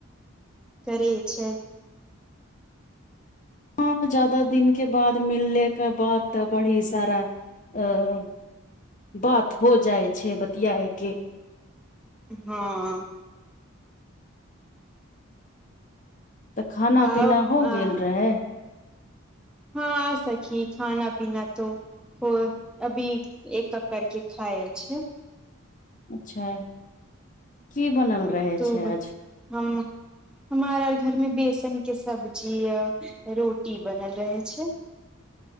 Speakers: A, in the centre; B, on the left (about 35°).
A: करैय छै
B: ह ज्यादा दिन के बाद मिले के बाद तऽ बड़ी सारा अ बात हो जाय छै बतिऐय के
A: हँ
B: तऽ खाना
A: हँ
B: पीना हो गेल रहै
A: ह सखी खाना पीना तो को अभी एक कक कर के खाय छैय
B: अच्छा की बनल रहे
A: तुब
B: छै आज
A: हम हमारा घर मे बेसन के सब्जी य रोटी बनल रहै छै